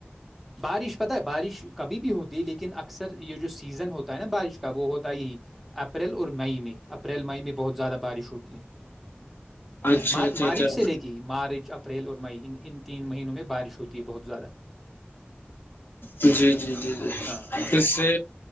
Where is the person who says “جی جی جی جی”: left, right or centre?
Left